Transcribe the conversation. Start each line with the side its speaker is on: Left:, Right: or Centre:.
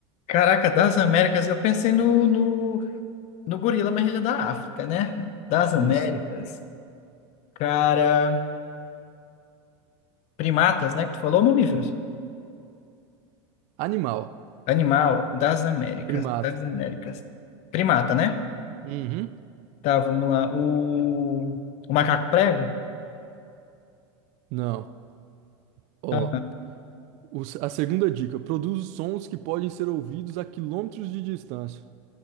Left: Caraca, das Américas, eu pensei no, no, no gorila, mas ele é da África, né? Das
Right: Isso.
Left: Américas. Cara, primatas, né, que tu falou, mamíferos?
Right: Animal.
Left: Animal das Américas.
Right: Primata.
Left: Das Américas. Primata, né?
Right: Uhum.
Left: Tá, vamos lá. O, o macaco prego?
Right: Não. Ó,
Left: Ah,
Right: o a segunda dica. Produz sons que podem ser ouvidos a quilômetros de distância.